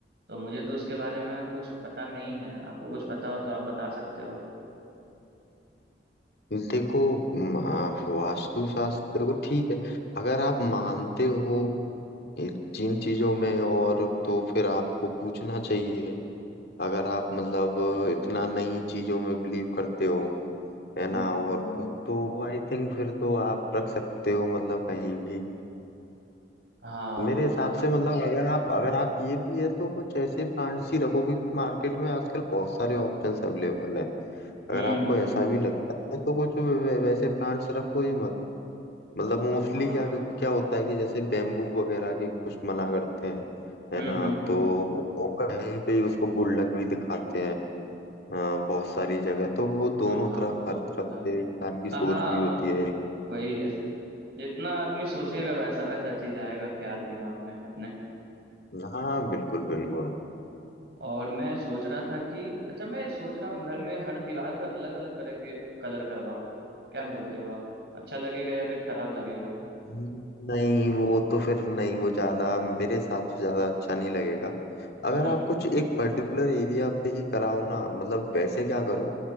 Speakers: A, on the right (about 65°); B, on the left (about 60°).
A: तो मुझे तो उसके बारे में कुछ पता नहीं है आपको कुछ पता हो तो आप बता सकते हो
B: देखो म, आ, वास्तु शास्त्र देखो ठीक है अगर आप मानते हो ये जिन चीजों में और तो फिर आपको पूछना चाहिए अगर आप मतलब
A: <laughs> हम्म
B: इतना नई चीजों में बिलीव करते हो है
A: हम्म,
B: ना और
A: हम्म।
B: तो आई थिंक फिर तो आप रख सकते हो मतलब कहीं भी
A: हाँ
B: मेरे
A: वो
B: हिसाब
A: तो है
B: से मतलब अगर आप अगर आप ये भी है तो कुछ ऐसे प्लांट्स ही रखो क्योंकि मार्केट में आजकल बहुत सारे ऑप्शंस अवेलेबल है अगर
A: हम्म
B: आपको
A: हम्म
B: ऐसा भी लगता है तो कुछ वै- वैसे प्लांट्स रखो ही मत मतलब मोस्टली
A: हाँ हाँ,
B: क्या
A: हाँ।
B: क्या होता है कि जैसे बेम्बू वगैरह के कुछ मना करते हैं है
A: हम्म
B: ना
A: हम्म हम्म
B: तो वो कहीं पे ही उसको गुल्लक भी दिखाते हैं अ, बहुत सारी जगह तो वो दोनों
A: हाँ
B: तरफ
A: वो
B: हर
A: तो
B: तरफ
A: है
B: से इंसान की सोच
A: हाँ हाँ,
B: भी होती है एक
A: वही है जितना आदमी सोचेगा वैसा वैसा चीज आएगा ख्याल दिमाग में अपने
B: तरफ हाँ बिल्कुल बिल्कुल
A: और मैं सोच रहा था कि अच्छा मैं सोच रहा हूँ घर में हर दीवार पर अलग अलग तरह के कलर करवाऊं क्या बोलते हो आप अच्छा लगेगा या फिर खराब लगेगा
B: नहीं वो तो फिर नहीं वो ज्यादा मेरे हिसाब से ज्यादा अच्छा नहीं लगेगा अगर
A: हम्म
B: आप
A: हम्म,
B: कुछ एक पर्टिकुलर एरिया पे ही कराओ ना मतलब वैसे क्या करो